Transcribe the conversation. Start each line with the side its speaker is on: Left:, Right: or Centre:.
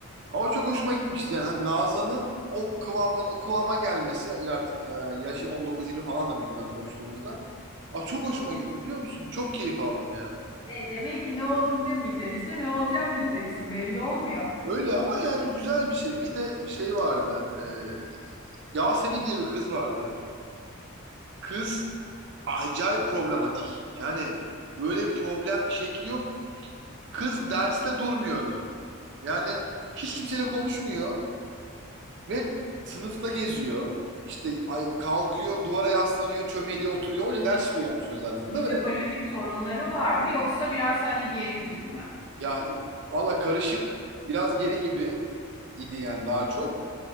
Right: Ama çok hoşuma gitmişti yani. Hani Nazan'ın o kıvamdan o kıvama gelmesi yani artık e, yaşı 19-20 falan da büyük ihtimalle konuştuğumuzda. Aa, çok hoşuma gitti biliyor musun? Çok keyif aldım yani.
Left: E, demek ki ne oldum demeyeceksin. İşte ne olacağım diyeceksin. Belli olmuyor.
Right: Öyle ama yani güzel bir şey. Bir de şey vardı. e, Yasemin diye bir kız vardı. Kız acayip problematik. Yani böyle bir problem şekli yok. Kız derste durmuyordu. Yani hiç kimseyle konuşmuyor. Ve sınıfta geziyor. İşte ay- kalkıyor, duvara yaslanıyor, çömeliyor, oturuyor. Hoca ders tutuyor yani bu söz zarfında
Left: Psikolojik
Right: ve
Left: sorunları var mı yoksa biraz hani geri gibi mi?
Right: ya valla karışık. Biraz geri gibi idi yani daha çok.